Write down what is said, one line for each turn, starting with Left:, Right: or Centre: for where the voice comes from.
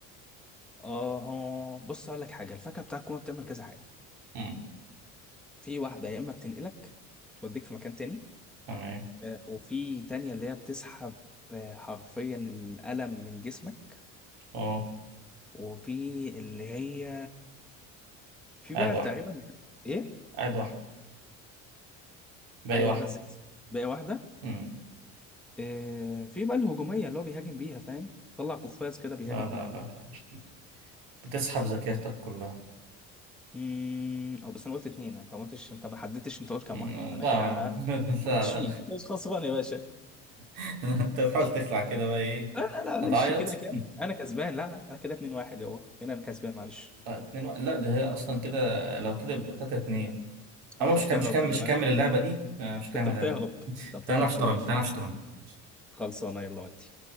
Centre: اه بص هقول لك حاجه الفاكهه بتاع الكوما بتعمل كذا حاجه
Right: مم.
Centre: في واحده يا اما بتنقلك بتوديك في مكان تاني
Right: تمام
Centre: آه، وفي تانية اللي هي بتسحب آه، حرفيا الألم من جسمك
Right: اه
Centre: وفي اللي هي في
Right: قاعد
Centre: بقى
Right: واحدة
Centre: تقريبا ايه
Right: قاعد واحدة باقي
Centre: عايز
Right: واحدة
Centre: واحده ازاي بقى واحده
Right: مم.
Centre: آه، في بقى الهجوميه اللي هو بيهاجم بيها فاهم طلع قفاز كده بيهاجم
Right: لا لا
Centre: بيه
Right: لا لا مش دي بتسحب ذاكرتك كلها
Centre: امم او بس انا قلت اتنين انت ما قلتش انت ما حددتش انت قلت كام
Right: مم،
Centre: واحده فانا
Right: لا
Centre: كده
Right: <laughs> لا
Centre: مش
Right: لا
Centre: فيه
Right: لا
Centre: مش خسران يا باشا
Right: <laughs> انت بتحاول تخلع كده بقى ايه
Centre: لا لا لا معلش
Right: هتعيط
Centre: كده كام انا كسبان لا لا انا كده 2 1 يابا كده انا كسبان معلش
Right: آه، اتنين واحد لا ده هي اصلا كده لو كده يبقى تلاتة اتنين
Centre: انت
Right: أنا مش
Centre: بتهرب
Right: هكمل مش هكمل
Centre: خلي
Right: مش
Centre: بالك
Right: هكمل اللعبة دي آه، مش هكمل
Centre: انت بتهرب
Right: اللعبة دي
Centre: انت بتهرب
Right: تعالى نلعب شطرنج
Centre: خلي بالك
Right: تعالى نلعب شطرنج
Centre: خلصانه يلا ودي